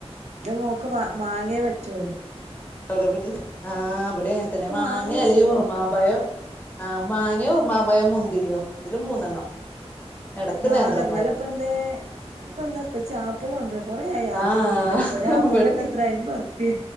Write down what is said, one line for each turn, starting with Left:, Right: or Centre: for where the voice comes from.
Right: ന്റെ മോക്ക് മ മാങ്ങേ പറ്റുള്ളു
Left: ഉണ്ടാവല്ലോ പിന്നെം ആ ഇവിടെ അങ്ങനെ തന്നെ മാങ്ങേ
Right: മാങ്ങ
Left: അല്ലെങ്കി
Right: ഇഷ്ടം
Left: ഉറുമാമ്പഴോ ആഹ് മാങ്ങേ ഉർമാമ്പഴോ മുന്തിര്യോ ഇതില് മൂന്നെണ്ണം എടക്ക്
Right: മാങ്ങ
Left: നേന്ത്രപ്പഴം
Right: ഇന്നലെപ്പെന്തേ ഇന്ന്
Left: ഉം
Right: ഇപ്പൊന്താ ഇപ്പച്ചി ആപ്പിള് കൊണ്ടരോ കൊറേ ആയി ആപ്പിള്
Left: ആഹ്
Right: കിട്ടീട്ട് അപ്പൊ ഒര് ആപ്പിള്
Left: ഇവടിം
Right: തന്നെ എത്ര ആയി അയ്പതു ഉർപ്യ